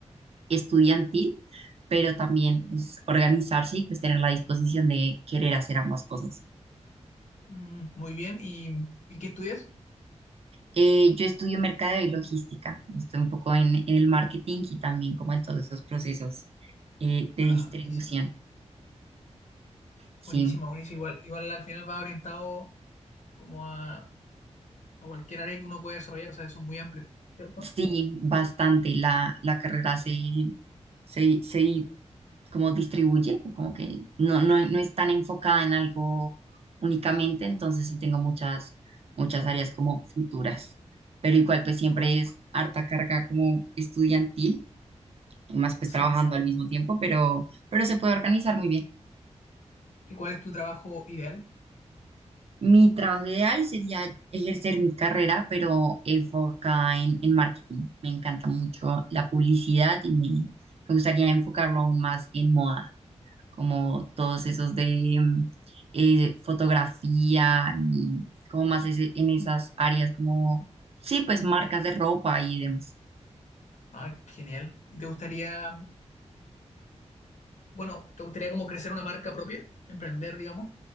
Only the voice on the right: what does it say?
estudiantil, pero también es organizarse y pues tener la disposición de querer hacer ambas cosas.
Eh, yo estudio mercadeo y logística, estoy un poco en, en el marketing y también como en todos esos procesos eh, de
distribución.
Sí,
sí, bastante. La, la carrera se, se, se como distribuye, como que no, no, no es tan enfocada en algo únicamente, entonces sí tengo muchas, muchas áreas como futuras, pero igual pues siempre
es harta carga como estudiantil, y más pues
trabajando al mismo tiempo, pero, pero se puede organizar muy bien.
Mi trabajo ideal sería ejercer mi carrera, pero enfocada en, en marketing. Me encanta mucho la publicidad y me, me gustaría enfocarlo aún más en moda, como todos esos de mm, eh, fotografía y como más ese- en esas áreas como, sí, pues marcas de ropa y demás.